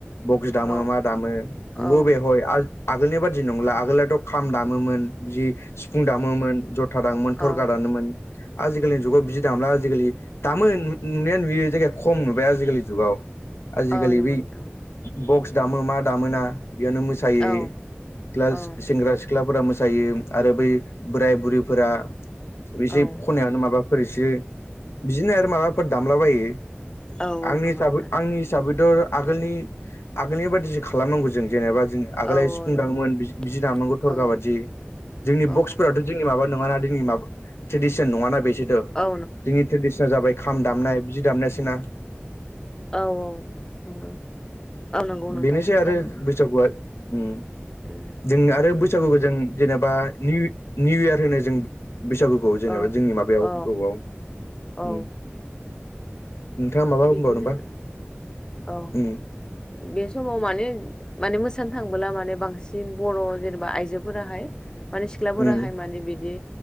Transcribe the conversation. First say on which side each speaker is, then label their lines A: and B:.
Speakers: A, on the left; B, on the left.
A: बक्स दामो
B: औ
A: मा दामो नोंगौ
B: औ
A: बे हय आ आगोलनि बादि नंला आगोलनाथ' खाम दामोमोन जि सिफुं दामोमोन, जथा दामोमोन, थरखा
B: औ
A: दानोमोन आजिखालिनि जुगाव बिदि दामला आजिखालि। दामो नुनाया नुयो जायगाया खम नुबाय आजिखालि जुगाव। आजिखालि
B: औ नंगौ
A: बै
B: नोंथां
A: बक्स दामो मा दामो ना बेयावनो मोसायो
B: औ
A: लास
B: औ
A: सेंग्रा सिख्लाफोरा मोसायो आरो बै बोराय बुरैफोरा बिसे
B: औ
A: खनायावनो माबाफोर एसे बिदिनो आरो माबाफोर दामलाबायो।
B: औ
A: आंनि
B: नंगौ
A: हिसाबै
B: नोंथां नंगौ
A: आंनि हिसाबैथ' आगोलनि आगोलनि बायदिसो खालामनांगौ जों जेनेबा जों आगोलहाय
B: औ औ
A: <unintelligible>
B: नंगौ
A: दामोमोन
B: नोंथां
A: बि बिदि दामनांगौ थरखा
B: औ
A: बादि जोंनि
B: औ
A: बक्स फोराथ' जोंनि माबा नङाना जोंनि माबा ट्रेडिसन नङाना बेसोरथ'।
B: औ
A: जोंनि ट्रेडिसना जाबाय खाम दामनाय बिदि दामनायसोना।
B: औ औ नंगौ। औ नंगौ नोंथां
A: बेनोसै
B: नंगौ
A: आरो
B: थारैनो
A: बैसागुआ उम
B: उम।
A: जों आरो बैसागुखौ जों जेनेबा नि निउ इयार होनो जों बैसागुखौ जेनेबा
B: औ
A: जोंनि माबायाव
B: औ
A: बबआव उम।
B: औ
A: नोंथाङा माबा
B: बिदिनो
A: होनबावनोबा
B: औ
A: उम
B: बे समाव माने माने मोसानो थांबोला माने बांसिन बर' जेनेबा आयजोफोराहाय माने सिख्लाफोराहाय
A: उम
B: माने बिदि